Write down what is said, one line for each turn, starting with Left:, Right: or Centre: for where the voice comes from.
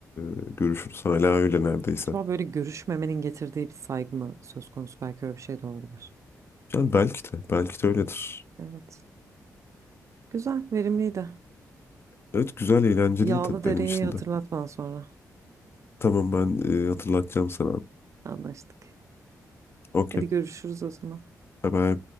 Left: e, görüşürüz. Hala öyle neredeyse.
Right: Acaba böyle görüşmemenin getirdiği bir saygı mı söz konusu? Belki öyle bir şey de olabilir.
Left: Yani belki de belki de öyledir.
Right: Evet. Güzel, verimliydi.
Left: Evet güzel eğlenceliydi
Right: Yağlı dereyi
Left: benim için
Right: hatırlat
Left: de.
Right: bana sonra.
Left: Tamam ben e, hatırlatacağım sana.
Right: Anlaştık.
Left: Okey.
Right: Hadi görüşürüz o zaman.
Left: Bye bye.